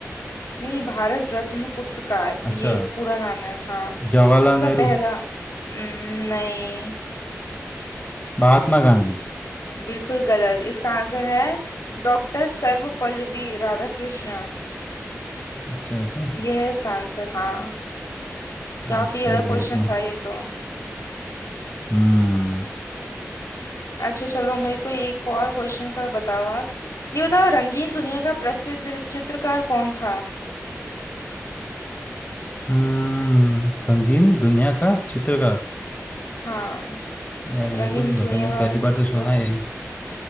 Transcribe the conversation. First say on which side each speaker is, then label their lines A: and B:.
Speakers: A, on the left; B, on the left.
A: नहीं भारत रत्न पुरस्कार
B: अच्छा
A: ये पूरा नाम है हाँ
B: जवाहरलाल
A: इसका
B: नेहरू
A: पहला न- नहीं
B: महात्मा गांधी
A: बिल्कुल गलत इसका आंसर है डॉक्टर सर्वपल्ली राधाकृष्ण
B: अच्छा ऐसा
A: ये है इसका आंसर हाँ काफी
B: ओके
A: अलग क्वेश्चन
B: ये तो मैं
A: था ये तो
B: हम्म
A: अच्छा चलो मेरे को एक और क्वेश्चन का बताओ आप ये बताओ रंगीन दुनिया का प्रसिद्ध चित्रकार कौन था
B: हम्म रंगीन दुनिया का चित्रकार
A: हाँ
B: यार ये
A: रंगीन
B: तो नहीं
A: दुनिया
B: पता मैंने
A: का
B: पहली बार तो सुना
A: प्रस
B: है ये।